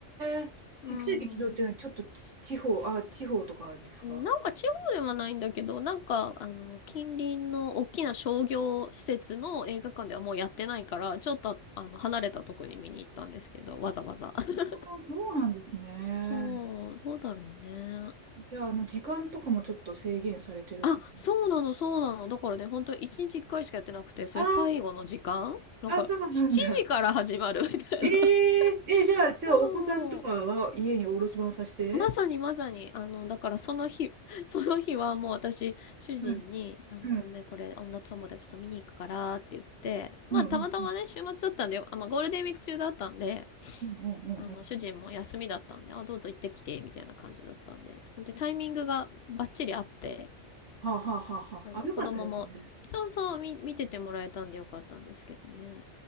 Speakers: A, on the right; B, on the left.
A: えちっちゃい劇場っていうのはちょっとち地方、
B: うん。
A: あ、地方とかですか
B: なんか地方ではないんだけど、なんか、あの、近隣の大きな商業施設の映画館ではもうやってないから、ちょっと、あの、離れたとこに見に行ったんですけど、わざわざ。<laughs>
A: ああ、そうなんですね。
B: そう、どうだろうね。
A: じゃあ、あの、時間とかもちょっと制限されてるか。
B: あ、そうなの、そうなの。だからね、本当に1日1回しかやってなくて、それ最後の時間なんか、
A: ああ、あ、そうなんだ。
B: 7時から始まるみたいな。
A: えええ、じゃあ、
B: <laughs>
A: じゃあ、
B: そう。
A: お子さんとかは家にお留守番させて。
B: まさにまさに、あの、だからその日、<laughs> その日はもう私、主人に、
A: うん、
B: あの、
A: うん。
B: ごめん、これ、女友達と見に行くからって言って、まあ、
A: うん、
B: たまたまね、
A: うん、うん、
B: 週末だったんでよ、あ、まあ、ゴールデンウィーク中だったんで、
A: うん、うん。
B: あの、
A: うん
B: 主人も休みだったんで、あ、どうぞ行ってきて、みたいな感じだったんで、本当にタイミングがバッチリあって、
A: はあ、はあはあはあ。
B: あの、
A: あ、よかったですね。
B: 子供も、そうそう、み、見ててもらえたんでよかったんですけどね。